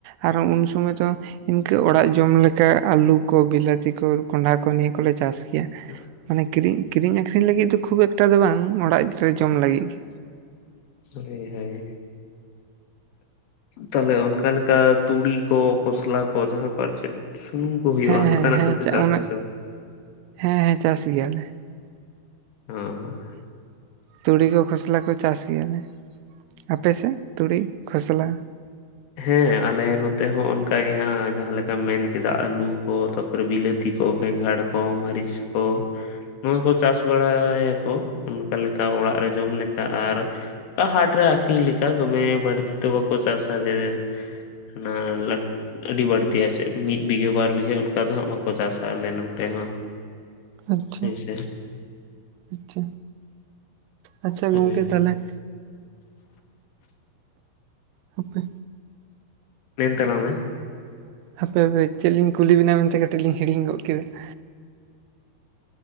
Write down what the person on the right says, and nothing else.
ᱟᱨ ᱦᱚᱸ ᱩᱱ ᱥᱚᱢᱚᱭ ᱫᱚ ᱤᱱᱠᱟᱹ ᱚᱲᱟᱜ ᱡᱚᱢ ᱞᱮᱠᱟ ᱟᱹᱞᱩ ᱠᱚ ᱵᱤᱞᱟᱹᱛᱤ ᱠᱚ ᱠᱚᱸᱰᱷᱟ ᱠᱚ ᱱᱤᱭᱟᱹ ᱠᱚᱞᱮ ᱪᱟᱥ ᱜᱮᱭᱟ ᱾
ᱢᱟᱱᱮ ᱠᱤᱨᱤᱧ ᱠᱤᱨᱤᱧ ᱟᱠᱷᱨᱤᱧ ᱞᱟᱹᱜᱤᱫ ᱫᱚ ᱠᱷᱩᱵ ᱮᱠᱴᱟ ᱫᱚ ᱵᱟᱝ ᱚᱲᱟᱜ ᱨᱮ ᱡᱚᱢ ᱞᱟᱹᱜᱤᱫ ᱜᱮ
ᱦᱮᱸ
ᱦᱮᱸ
ᱦᱮᱸ
ᱚᱱᱮ
ᱦᱮᱸ ᱦᱮᱸ ᱪᱟᱥ ᱜᱮᱭᱟᱞᱮ ᱾
ᱛᱩᱲᱤ ᱠᱚ ᱠᱷᱚᱥᱞᱟ ᱠᱚ ᱪᱟᱥ ᱜᱮᱭᱟᱞᱮ ᱟᱯᱮᱥᱮᱫ ᱛᱩᱲᱤ ᱠᱷᱚᱥᱞᱟ
ᱟᱪᱪᱷᱟ
ᱟᱪᱪᱷᱟ ᱟᱪᱪᱷᱟ
ᱜᱚᱢᱠᱮ ᱛᱟᱦᱞᱮ ᱦ ᱦᱟᱯᱮ
ᱦᱟᱯᱮ ᱪᱮᱫ ᱞᱤᱧ ᱠᱩᱞᱤ ᱵᱮᱱᱟ ᱢᱮᱱᱛᱮ ᱠᱟᱹᱴᱤᱡ ᱞᱤᱧ ᱦᱤᱲᱤᱧ ᱜᱚᱜ ᱠᱮᱫᱟ ᱾